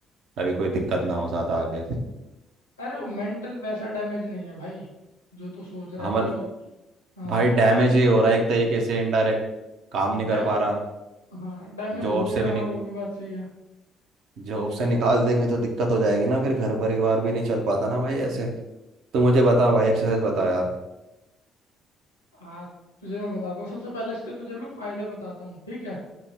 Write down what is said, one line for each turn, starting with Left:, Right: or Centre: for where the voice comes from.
Right: अभी कोई दिक्कत ना हो ज़्यादा आगे
Left: अरे वो मेंटल वैसा डैमेज नहीं है भाई जो तू सोच रहा
Right: हमल
Left: है कोई वो हाँ
Right: भाई डैमेज ही हो रहा है एक तरीके से इनडायरेक्ट काम नहीं कर
Left: डैम
Right: पा रहा
Left: हाँ डैमेज
Right: जॉब
Left: हो भी
Right: से
Left: रहा
Right: भी
Left: है
Right: नहीं
Left: हाँ वो भी बात सही है
Right: जॉब से निकाल देंगे तो दिक्कत हो जाएगी ना फिर घर परिवार भी नहीं चल पाता ना भाई ऐसे तो मुझे बता भाई एक्सरसाइज बता यार
Left: हाँ तुझे मैं बताता हूँ सबसे पहले इसके तुझे मैं फायदे बताता हूँ ठीक है